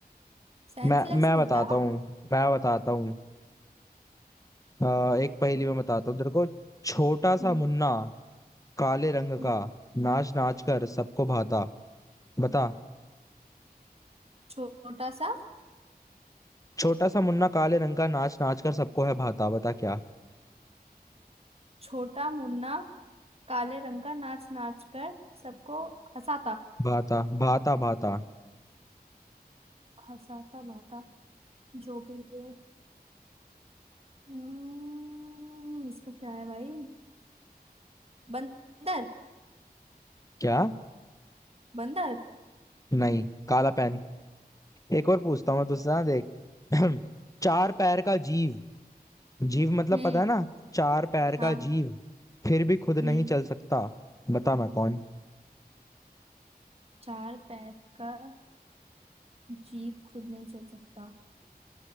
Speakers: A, on the right (about 40°); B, on the left (about 20°).
A: सेंसलेस
B: मैं मैं
A: नहीं
B: बताता
A: था
B: हूँ मैं बताता हूँ अ, एक पहेली में बताता हूँ तेरे को छोटा सा
A: हम्म,
B: मुन्ना काले रंग
A: हम्म।
B: का नाच नाच कर सबको भाता बता
A: छोटा सा
B: छोटा सा मुन्ना काले रंग का नाच नाच कर सबको है भाता बता क्या
A: छोटा मुन्ना काले रंग का नाच नाच कर सबको हंसाता
B: भाता भाता भाता
A: हंसाता बाता जो भी है हम्म, इसका क्या है भाई बंदर
B: क्या
A: बंदर
B: नहीं काला पेन एक और पूछता हूँ मैं तुझसे ना देख <clears throat> चार पैर का जीव जीव मतलब
A: हम्म
B: पता है ना चार पैर का
A: हाँ हाँ,
B: जीव फिर भी खुद नहीं
A: हम्म
B: चल सकता बता मैं कौन
A: चार पैर का जीप खुद नहीं चल सकता